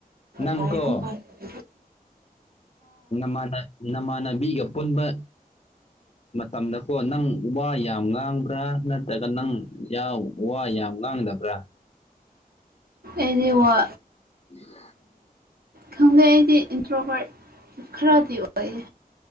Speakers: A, on the left; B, on the right.
A: ꯅꯪꯀꯣ
B: ꯇꯥꯏꯔ ꯍ
A: ꯅꯃꯥꯟꯅ ꯅꯃꯥꯟꯅꯕꯤꯒ ꯄꯨꯟꯕ ꯃꯇꯝꯗꯀꯣ ꯅꯪ ꯋꯥ ꯌꯥꯝ ꯉꯥꯡꯕ꯭ꯔꯥ ꯅꯠꯇ꯭ꯔꯒ ꯅꯪ ꯋꯥ ꯌꯥꯝ ꯉꯥꯡꯗꯕ꯭ꯔꯥ ꯎ
B: ꯑꯗꯤ ꯋꯥ
A: ꯎꯝ
B: ꯈꯪꯗꯦ ꯑꯩꯗꯤ ꯏꯟꯇ꯭ꯔꯣ ꯄꯔꯠ ꯈꯔꯗꯤ ꯑꯣꯏꯌꯦ